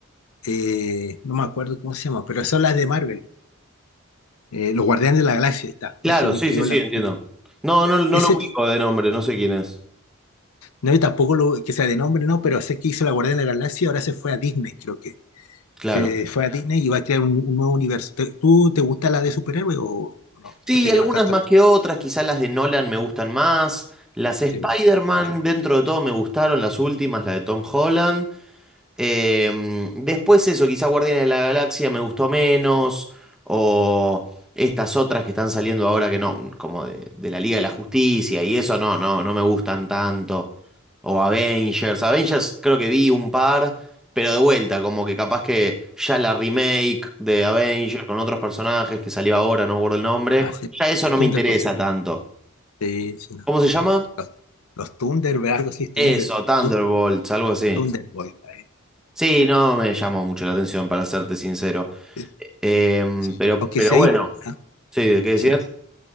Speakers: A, on the left (about 85°); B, in the centre.
A: Eh, no me acuerdo cómo se llama, pero son las de Marvel, eh, los Guardianes de la Galaxia, ahí está,
B: Claro,
A: ese
B: sí,
A: creó
B: sí, sí,
A: la...
B: entiendo. No, no, no
A: Ese,
B: lo ubico
A: ti-
B: de nombre, no sé quién es.
A: No, y tampoco lo, que sea de nombre, no, pero sé que hizo La Guardia de la Galaxia, ahora se fue a Disney, creo que.
B: Claro.
A: Se fue a Disney y va a crear un, un nuevo universo. ¿Te- ¿Tú te gusta la de superhéroe o o no?
B: Sí,
A: No te
B: algunas
A: llama tanto
B: más
A: la atención.
B: que otras, quizás las de Nolan me gustan más. Las Spider-Man,
A: Sí, bueno, vale.
B: dentro de todo, me gustaron las últimas, la de Tom Holland. Eh, después eso, quizá Guardianes de la Galaxia me gustó menos, o estas otras que están saliendo ahora que no, como de, de la Liga de la Justicia y eso no, no, no me gustan tanto. O Avengers, Avengers creo que vi un par, pero de vuelta, como que capaz que ya la remake de Avengers con otros personajes que salió ahora, no me acuerdo el nombre,
A: Ah, sí.
B: ya eso
A: Los
B: no
A: Thunderbolts.
B: me interesa tanto.
A: Sí, sí, no.
B: ¿Cómo se llama?
A: Los, los Thunderbolts, algo así, Thunder,
B: Eso, Thunderbolts,
A: Thu-
B: algo así.
A: Thunderbolts. eh,
B: Sí, no me llamó mucho la atención, para serte sincero.
A: sí,
B: Eh, Em,
A: sí.
B: pero,
A: Aunque
B: pero
A: sí hay.
B: bueno,
A: ah,
B: sí, ¿de qué decías?
A: sí.